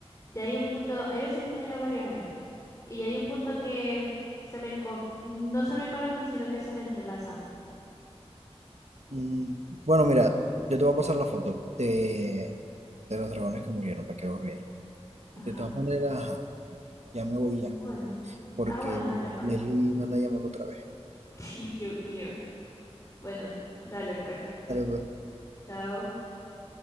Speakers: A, on the left; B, on the right.
A: ya hay un punto, hay veces que me leo varios al mes, y hay un punto que se me, co- no se me colapsan, sino que se me entrelazan.
B: mm, bueno, mira, yo te voy a pasar la foto de, de los dragones que murieron para que vos veáis.
A: Ajá.
B: De todas maneras, ajá, ya me voy
A: Bueno.
B: ya, porque
A: Ah, bueno, dale pues.
B: Leslie me anda llamando otra vez.
A: <laughs> Sí, Dios mío. Bueno, dale pues.
B: Dale, pues.
A: Chao.